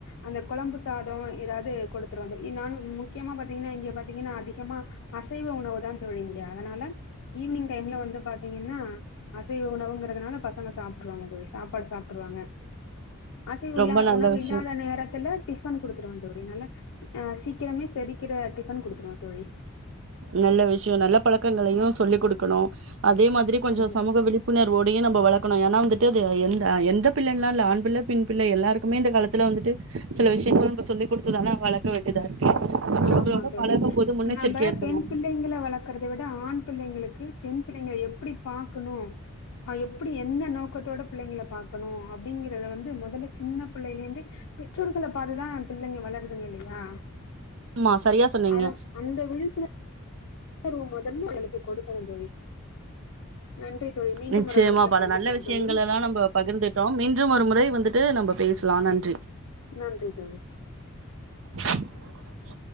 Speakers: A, on the left (about 85°); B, on the right (about 60°).
A: அந்த குழம்பு சாதம் ஏதாவது கொடுத்துருவவோம் நானும் முக்கியமா பா்த்தீங்கன்னா இங்க பாத்தீங்கன்னா அதிகமா அசைவ உணவு தான் தோழி இங்க அதனால ஈவினிங் டைம்ல வந்து பாத்தீங்கன்னா அசைவ உணவுங்கறதுனால பசங்க சாப்பிருவாங்க அதோட சாப்பாடு சாப்பிட்டுருவாங்க அசைவ
B: ரொம்ப நல்ல
A: உணவு
B: விஷயம்.
A: இல்லாத நேரத்துல டிஃபன் குடுத்துருவன் தோழி நல்ல சீக்கிரமே செரிக்கிற டிஃபன் குடுத்துருவேன் தோழி
B: நல்ல விஷயம் நல்ல பழக்கங்களையும் சொல்லி் கொடுக்கணும் அதே மாதிரி கொஞ்சம்
A: ஆமா தோழி.
B: சமக விழிப்புணர்வோடையும் நம் வளர்க்கணும் ஏன்னா வந்துட்டு எந்த எந்த பிள்ளைன்னால ஆண் பிள்ளை பெண் பிள்ளை எல்லாருக்குமே இந்த காலத்துல வந்துட்டு சில விஷயங்கள் நம்ம சொல்லி கொடுத்ததானே வளர்க்க வேண்டியதா இருக்கு மற்றவங்களோட
A: ஆமா தோழி
B: பழகும் போது முன்னெச்சரிக்கையா
A: நம்ப
B: இருக்கணு
A: பெண் பிள்ளைங்களை வளர்க்கறதை விட ஆண் பிள்ளைங்களுக்கு பெண் பிள்ளைங்களை எப்படி பாார்கக்கணும் எப்படி எந்த நோக்கத்தோட பிள்ளைங்க பார்கக்கணும் அப்படிங்கறத வந்து முதல்ல சின்ன பிள்ளைையில இருந்து பெற்றோர்களை பார்த்துதான் பிள்ளைங்க வளருதுங்க இல்லையா
B: ஆமா சரியா சொன்னீங்க
A: அத அந்த விழிப்புணர் ணர்வு முதல்ல இவுங்களுக்கு கொடுக்கணும் தோழி நன்றி தோழி மீண்டும்
B: நிச்சயமா
A: ஒரு அழைப்புல
B: பல
A: சந்திக்கலா
B: நல்ல விஷயங்கள்
A: தோழி
B: எல்லாம் நம்ம பகிர்ந்துட்டோம் மீண்டும் ஒரு முறை வந்துட்டு நம்ம பேசலாம் நன்றி
A: நன்றி தோழி
B: <inaudible>